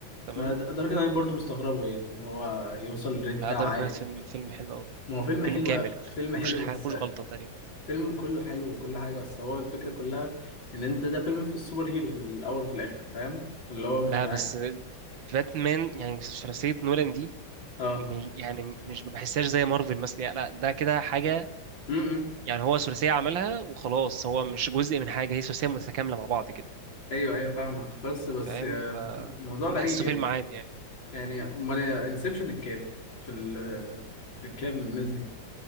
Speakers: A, on the right; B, on the left.
A: تمام
B: ما د- لدرجه إن انا برضو مستغربه يعني ان هو يوصل للريت بتاعه
A: لا دارك
B: عالي
A: نايت فيلم فيلم حلو قوي
B: ما هو فيلم
A: فيلم
B: حلو
A: كامل
B: أوي. فيلم
A: مفيهوش
B: حلو
A: حاجه
B: بس
A: مفيهوش غلطه تقريبا
B: فيلم كله حلو وكل حاجة بس هو الفكرة كلها إن أنت ده فيلم في السوبر هيرو في الأول في الآخر فاهم اللي هو مش
A: لا
B: عارف
A: بس باتمان يعني ثلاثيه نولان دي
B: اه
A: م- يعني مش بحسهاش زي مارفل مثلا يعني لا ده كده حاجه
B: امم
A: يعني هو ثلاثيه عملها وخلاص هو مش جزء من حاجه هي ثلاثيه متكامله مع بعض كده
B: أيوه أيوه فاهمك بس بس
A: فاهم
B: آه، موضوع غريب
A: بحسه
B: يعني
A: فيلم عادي يعني
B: يعني أمال انسبشن الكام في ال في الكام الناس دي